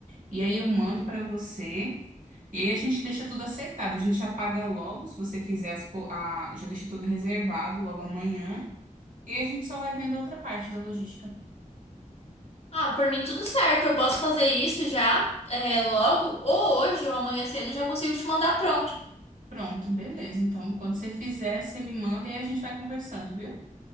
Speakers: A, on the right; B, on the left.
A: e aí eu mando pra você. E aí a gente deixa tudo acertado, a gente já paga logo, se você quiser, as pou- a- já deixa tudo reservado logo amanhã. E aí a gente só vai vendo outra parte da logística.
B: Ah, por mim tudo certo, eu posso fazer isso já, é, logo, ou hoje ou amanhã cedo eu já consigo te mandar pronto.
A: Pronto, beleza. Então, quando você fizer, você me manda e aí a gente vai conversando, viu?